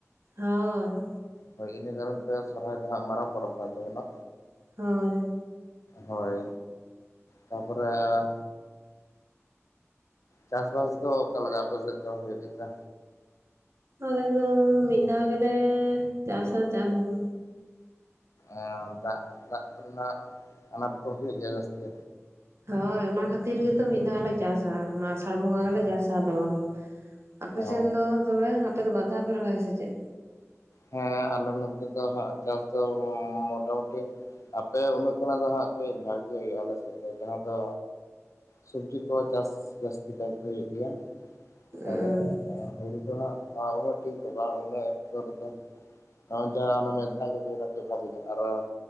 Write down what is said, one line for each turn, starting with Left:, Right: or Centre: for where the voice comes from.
Right: ᱦᱳᱭ
Left: ᱦᱳᱭ ᱤᱱᱟᱹ ᱠᱟᱨᱚᱱ ᱛᱮ ᱥᱚᱨᱦᱟᱭ ᱫᱚ ᱦᱟᱸᱜ ᱢᱟᱨᱟᱝ ᱯᱚᱨᱚᱵᱽ ᱠᱟᱱ ᱛᱟᱵᱳᱱᱟ
Right: ᱦᱳᱭ
Left: ᱦᱳᱭ ᱛᱟᱨᱯᱚᱨᱮ ᱟᱨ ᱪᱟᱥᱵᱟᱥ ᱫᱚ ᱚᱠᱟᱞ ᱞᱮᱠᱟ ᱟᱯᱮ ᱥᱮᱫ ᱫᱚ ᱦᱩᱭᱩᱜ ᱜᱮᱛᱮ
Right: ᱟᱞᱮ ᱫᱚ ᱢᱤᱫ ᱫᱷᱟᱣ ᱜᱮᱞᱮ ᱪᱟᱥᱟ ᱪᱟᱥ ᱫᱚ
Left: ᱮ ᱫᱟᱜ ᱫᱟᱜ ᱠᱚᱨᱮᱱᱟᱜ ᱟᱱᱟᱴ ᱠᱚ ᱦᱩᱭᱩᱜ ᱜᱮᱭᱟ ᱡᱟᱹᱥᱛᱤ
Right: ᱦᱳᱭ ᱚᱱᱟ ᱠᱷᱟᱹᱛᱤᱨ ᱜᱮᱛᱚ ᱢᱤᱫ ᱫᱷᱟᱣ ᱜᱮᱞᱮ ᱪᱟᱥᱟ ᱚᱱᱟ ᱟᱥᱟᱲ ᱵᱚᱸᱜᱟ ᱜᱮᱞᱮ ᱪᱟᱥᱟ ᱟᱫᱚ ᱵᱟᱝ ᱟᱯᱮ
Left: ᱚ
Right: ᱥᱮᱱ ᱫᱚ ᱛᱚᱵᱮ ᱟᱯᱮ ᱫᱚ ᱵᱟᱨ ᱫᱷᱟᱣ ᱯᱮ ᱨᱚᱦᱚᱭᱟ ᱥᱮ ᱪᱮᱫ
Left: ᱦᱮᱸ ᱟᱞᱮ ᱱᱚᱛᱮ ᱫᱚ ᱪᱟᱥ ᱫᱚ ᱢᱚᱴᱟᱢᱩᱴᱤ ᱟᱯᱮ ᱩᱱᱟᱹᱜ ᱠᱷᱚᱱᱟᱜ ᱫᱚ ᱦᱟᱸᱜ ᱠᱟᱹᱡ ᱵᱷᱟᱜᱮ ᱜᱮ ᱦᱩᱭᱩᱜᱼᱟ ᱟᱞᱮ ᱥᱮᱫ ᱫᱚ ᱡᱟᱦᱟᱸ ᱫᱚ ᱥᱚᱵᱡᱤ ᱠᱚ ᱪᱟᱥ ᱡᱟᱥᱥᱛᱤ ᱠᱟᱭ ᱛᱮ ᱦᱩᱭᱩᱜ ᱜᱮᱭᱟ ᱛᱟᱯᱚᱨᱮ
Right: ᱚ
Left: ᱦᱩᱲᱩ ᱫᱚ ᱟᱜ ᱩ ᱴᱷᱤᱠᱮ ᱵᱟᱝ ᱚᱱᱟ ᱚᱠᱛᱚ ᱫᱚ ᱡᱟᱦᱟᱸ ᱢᱮᱫᱷᱟ ᱜᱮ ᱦᱩᱭᱱᱟ ᱥᱮ ᱵᱷᱟᱜᱤ ᱜᱮ ᱟᱨ